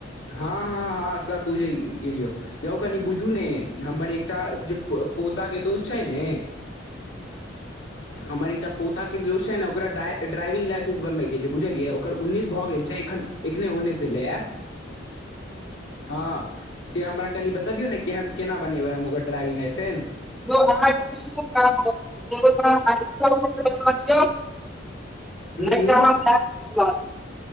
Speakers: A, on the left; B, in the centre.
A: हँ हँ हँ सब बुझ गेलियो यौ कनि बुझू ने हमर एक टा जे पोता के दोस्त छै ने हमर एकटा पोता के दोस्त छै न ओकरा ड्राइविंग लाइसेंस बनबय के छै बुझलिय ओकर उन्नीस भऽ गेल छै एखन एखने उन्नीस भेलैया हँ से हमरा कनि बतबियौ न केना बनेबै हम ओकर ड्राइविंग लाइसेंस
B: <unintelligible>
A: हूँ
B: नहि
A: हूँ
B: त <unintelligible>